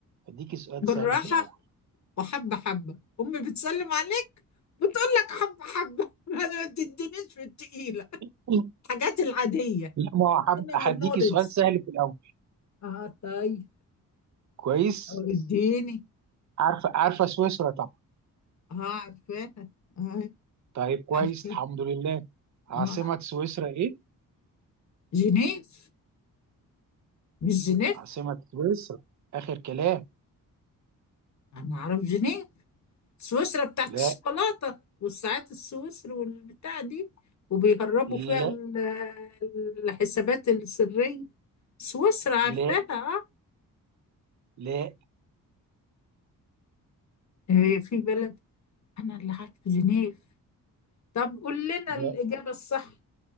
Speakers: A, on the right; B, on the left.
A: اديكي سؤال
B: بالراحة
A: سهل في الاول
B: وحبة حبة أمي بتسلم عليك بتقول لك حبة حبة <laughs> ما تدينيش في التقيلة
A: <laughs>
B: الحاجات العادية
A: لا ما هو حب-
B: general
A: هديكي
B: knowledge
A: سؤال سهل في الاول
B: اه طيب
A: كويس
B: أو اديني
A: عارفه عارفه سويسرا طبعا
B: اه عارفاها اه
A: طيب كويس
B: عارفاها
A: الحمد لله عاصمه
B: اه
A: سويسرا ايه
B: جنيف مش جنيف
A: عاصمه سويسرا اخر كلام
B: انا اعرف جنيف سويسرا بتاعت
A: لا
B: الشوكولاتة والساعات السويسري والبتاع دي وبيهربوا
A: لا
B: فيها ال- الحسابات السرية سويسرا عارفاها
A: لا
B: اه
A: لا
B: إيه في بلد انا اللي عارف جنيف طب قول لنا
A: لا
B: الاجابه الصح